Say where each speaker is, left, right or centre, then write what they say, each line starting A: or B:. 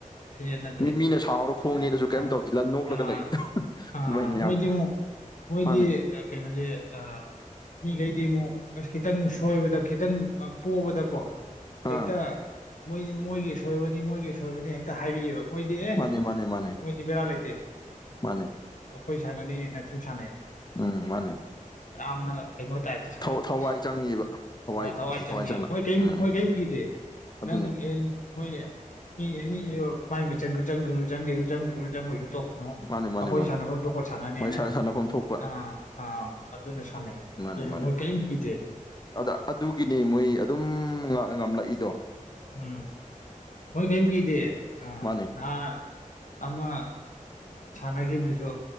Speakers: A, on the left; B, on the left.
A: ꯌꯦꯠꯅꯗꯦ
B: ꯃꯤ ꯃꯤꯅ ꯁꯥꯎꯔꯒ ꯈꯣꯡ
A: ꯑꯥ
B: ꯅꯦꯠꯂꯁꯨ ꯀꯩꯝ ꯇꯧꯗꯦ ꯂꯟ ꯅꯣꯛꯂꯒ
A: ꯑꯥ
B: ꯂꯩꯕꯗꯣ ꯑꯗꯨꯃꯥꯏꯅ
A: ꯑꯥ ꯃꯣꯏꯗꯤ
B: ꯌꯥꯝ
A: ꯑꯃꯨꯛ ꯃꯣꯏꯗꯤ
B: ꯃꯥꯅꯦ
A: ꯑ ꯀꯩꯅꯣꯗꯤ ꯑꯥ ꯃꯤꯈꯩꯗꯤ ꯑꯃꯨꯛ ꯑꯁ ꯈꯤꯇꯪ ꯁꯣꯏꯕꯗ ꯈꯤꯇꯪ ꯑ ꯄꯣꯕꯗꯀꯣ ꯍꯦꯛꯇ
B: ꯑꯥ
A: ꯃꯣꯏ ꯃꯣꯏꯒꯤ ꯑꯁꯣꯏꯕꯅꯤ ꯃꯣꯏꯒꯤ ꯑꯁꯣꯏꯕꯅꯤ ꯍꯦꯛꯇ ꯍꯥꯏꯕꯤꯌꯦꯕ꯫ ꯃꯣꯏꯗꯤ ꯑꯦ
B: ꯃꯥꯅꯦ ꯃꯥꯅꯦ ꯃꯥꯅꯦ
A: ꯃꯣꯏꯗꯤ ꯕꯦꯔꯥ ꯂꯩꯇꯦ꯫
B: ꯃꯥꯅꯦ
A: ꯑꯩꯈꯣꯏ ꯁꯥꯟꯅꯤꯅ ꯁꯨꯝ ꯁꯥꯟꯅꯩꯌꯦ꯫
B: ꯎꯝ ꯃꯥꯅꯦ꯫
A: ꯌꯥꯝꯅ ꯀꯩꯅꯣ ꯇꯥꯏꯞꯇ ꯁꯥꯟꯅꯩꯌꯦ
B: ꯊꯋꯥꯏ ꯊꯋꯥꯏ
A: <unintelligible>
B: ꯆꯪꯉꯤꯕ
A: ꯊꯋꯥꯏ
B: ꯌꯥꯝ
A: ꯆꯪꯉꯦ
B: ꯆꯪꯅ
A: ꯃꯣꯏ ꯀꯩꯝ
B: ꯎꯝ
A: ꯃꯣꯏ ꯀꯩꯝ ꯄꯤꯗꯦ
B: ꯑꯗꯨꯅꯤ
A: ꯅꯪ <unintelligible> ꯃꯣꯏ ꯃꯤ ꯑꯅꯤ ꯃꯥꯏ ꯃꯤꯆꯪ <unintelligible> ꯊꯣꯛꯁꯅꯨ
B: ꯃꯥꯅꯤ ꯃꯥꯅꯤ
A: ꯑꯩꯈꯣꯏ
B: ꯃꯥꯅꯤ
A: ꯁꯥꯟꯅꯐꯝ ꯊꯣꯛꯄ ꯁꯥꯟꯅꯅꯤ
B: ꯃꯣꯏ ꯏꯁꯥ ꯁꯥꯟꯅꯐꯝ ꯊꯣꯛꯄ꯫
A: ꯑꯥ ꯑꯥ ꯑꯗꯨꯝꯅ ꯁꯥꯅꯩꯌꯦ
B: ꯃꯥꯅꯤ
A: ꯑꯗꯨꯅ
B: ꯃꯥꯅꯤ
A: ꯃꯣꯏ ꯀꯩꯝ ꯀꯤꯗꯦ꯫
B: ꯑꯗ ꯑꯗꯨꯒꯤꯅꯦ ꯃꯣꯏ ꯑꯗꯨꯝ ꯉ-ꯉꯝꯂꯛꯏꯗꯣ꯫
A: ꯎꯝ ꯃꯣꯏ ꯀꯩꯝ ꯀꯤꯗꯦ ꯑ
B: ꯃꯥꯅꯤ
A: ꯅꯍꯥꯟ ꯑꯃ ꯁꯥꯟꯅꯈꯤꯕꯗꯨꯁꯨ